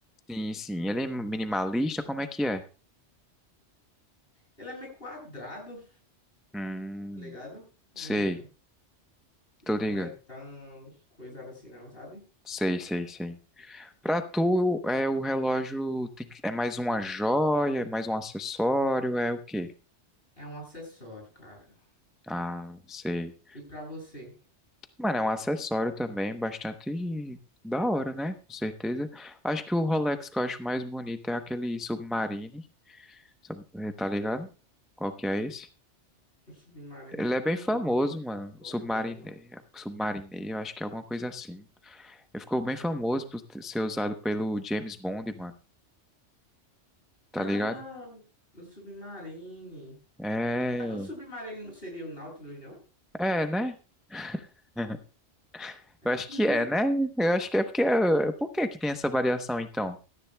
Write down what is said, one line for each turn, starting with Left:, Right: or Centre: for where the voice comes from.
Centre: Sim, sim, ele é minimalista, como é que é?
Left: Ele é meio quadrado,
Centre: Hum,
Left: tá ligado? Não,
Centre: sei,
Left: ele
Centre: tô ligado.
Left: não é tão coisado assim, não, sabe?
Centre: Sei, sei, sei. Pra tu, é o relógio tem que- é mais uma joia, é mais um acessório, é o quê?
Left: É um acessório, cara.
Centre: Ah, sei.
Left: E pra você?
Centre: Mano, é um acessório também bastante da hora, né? Com certeza. Acho que o Rolex que eu acho mais bonito é aquele Submarine, sub- eh, tá ligado? Qual que é esse?
Left: O Submarino,
Centre: Ele é bem famoso,
Left: não
Centre: mano.
Left: tô
Centre: Submarine,
Left: lembrado, não.
Centre: Submarine, eu acho que é alguma coisa assim. Ele ficou bem famoso por ter- ser usado pelo James Bond, mano. Tá
Left: Ah,
Centre: ligado?
Left: o Submarine.
Centre: É,
Left: Mas o Submarine não seria o Nautilus, não?
Centre: é, né? <laughs>
Left: É.
Centre: Eu acho
Left: <laughs>
Centre: que é, né? Eu acho que é porque. Por que que tem essa variação, então,